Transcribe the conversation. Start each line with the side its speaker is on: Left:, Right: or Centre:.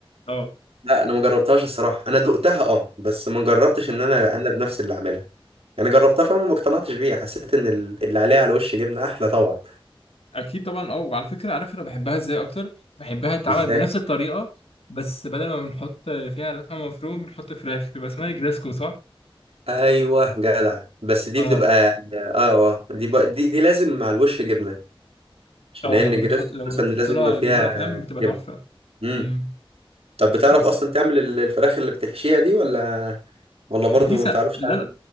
Left: اه
Right: لا انا ما جربتهاش الصراحه انا دقتها اه بس ما جربتش
Left: اه
Right: ان انا انا بنفسي اللي اعملها يعني جربتها فاهم وما اقتنعتش بيها حسيت ان ال- اللي عليها على وش جبنه احلى طبعا
Left: اكيد طبعا اه وعلى فكره عارف انا بحبها ازاي اكتر بحبها تتعمل
Right: ازاي
Left: بنفس الطريقه بس بدل ما بنحط فيها لحمه مفرومه بنحط فراخ بيبقى اسمها جريسكو صح
Right: ايوه جدع بس دي
Left: اه
Right: بتبقى اه اه دي بقى دي دي لازم مع الوش جبنه عشان
Left: اه
Right: هي
Left: لما
Right: النجريسكو
Left: بتحط لما
Right: اساسا
Left: بتحط
Right: لازم
Left: لها
Right: يبقى فيها
Left: جبنه فاهم بتبقى
Right: جبنه
Left: تحفه
Right: امم
Left: امم
Right: طب بتعرف
Left: بس
Right: اصلا تعمل ال- الفراخ اللي بتحشيها دي ولا ولا برضه
Left: دي س...
Right: ما بتعرفش
Left: لا لا
Right: تعمل